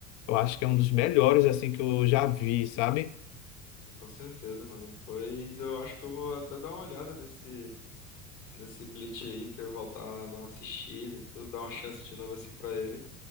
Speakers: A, on the left; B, on the left.
A: Eu acho que é um dos melhores assim que eu já vi, sabe?
B: Com certeza, mano. Pois eu acho que eu vou até dar uma olhada nesse, nesse Bleach aí, que eu vou voltar a dar uma assistida e tudo, dar uma chance de novo assim pra ele,